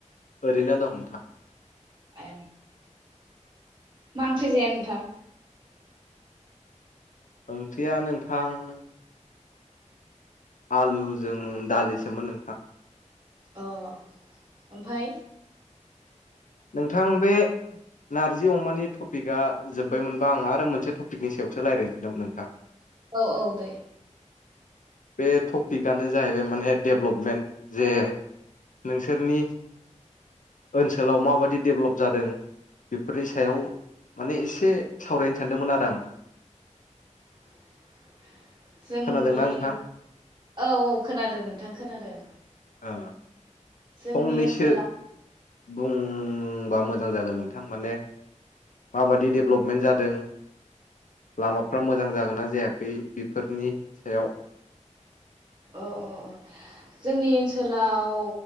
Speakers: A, on the left; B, on the right.
A: ओरैनो दं नोंथां।
B: ए, मा ओंख्रि जाया नोंथां?
A: ओंख्रिया नोंथां आलुजों दालिसोमोन नोंथां।
B: अ' ओमफ्राय?
A: नोंथां बे नारजि अमानि टपिकआ जोब्बाय मोनबा आं आरो मोनसे टपिकनि सायावसो रालायनो थिदोंमोन नोंथां
B: औ औ दे
A: बे टपिकआनो जाहैबाय माने डेभ्लपमेन्ट जे नोंसोरनि ओनसोलाव माबाददि डेभलप जादों बेफोरनि सायाव माने एसे सावरायनो सानदोंमोन आरो आं
B: <inaudible> जोंनि
A: खोनादोंना नोंथां
B: औ औ खोनादों नोंथां खोनादों
A: ओ
B: जोंनि
A: फंनैसो
B: ओनसोला
A: बुंबा मोजां जागोन नोंथां माने माबादि डेभलपमेन्ट जादों लामाफ्रा मोजां जागोन ना जायाखै बेफोरनि सायाव
B: ओ ओ जोंनि ओनसोलाव